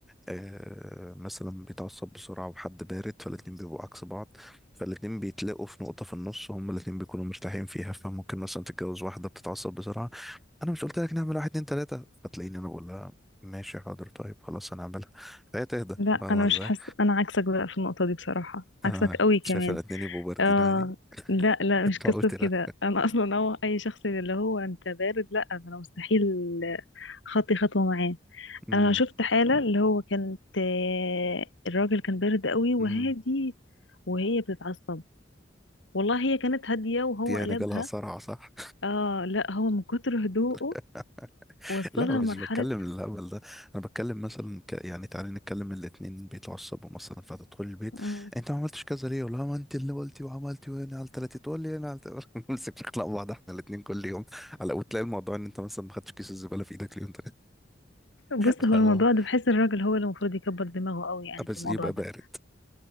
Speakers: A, in the centre; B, on the left.
A: آه مثلا بيتعصب بسرعة وحد بارد فالاتنين بيبقوا عكس بعض فالاتنين بيتلاقوا في نقطة في النص وهم الاتنين بيكونوا مرتاحين فيها فممكن مثلا تتجوز واحدة بتتعصب بسرعة أنا مش قلت لك نعمل واحد اتنين تلاتة فتلاقيني أنا بقول لها ماشي حاضر طيب خلاص هنعملها فهي تهدى
B: لا
A: فاهمة
B: أنا
A: ازاي؟
B: مش حاسة أنا عكسك بقى في النقطة دي بصراحة
A: آه
B: عكسك قوي كمان
A: شايف الاتنين يبقوا باردين
B: اه
A: عادي
B: لا لا
A: <laughs> انت
B: مش قصة
A: قلت لا
B: كده انا اصلا هو اي شخص اللي هو انت بارد لا انا مستحيل خطي خطوة معاه
A: امم
B: انا شفت حالة اللي هو كانت آه، الراجل كان بارد قوي وهادي
A: امم
B: وهي بتتعصب والله هي كانت هادية وهو
A: دي يعني
B: قلبها
A: جالها صرع صح؟
B: اه لا هو من كتر هدوءه
A: <laughs>
B: وصلها
A: لا مش
B: لمرحلة
A: بتكلم الهبل ده انا بتكلم مثلا ك... يعني تعالي نتكلم الاتنين بيتعصبوا مثلا فتدخل البيت
B: مم.
A: انت ما عملتش كذا ليه ولا ما انت اللي قلتي وعملتي وانا على تلاتة تقول لي انا على تلاتة <laughs> نمسك نخلق بعض احنا الاتنين كل يوم على وتلاقي الموضوع ان انت مثلا ما خدتش كيس الزباله في ايدك اليوم
B: بص
A: ده
B: هو الموضوع ده بحس الراجل هو اللي المفروض يكبر دماغه قوي يعني
A: <laughs>
B: في
A: بس
B: الموضوع
A: يبقى
B: ده
A: بارد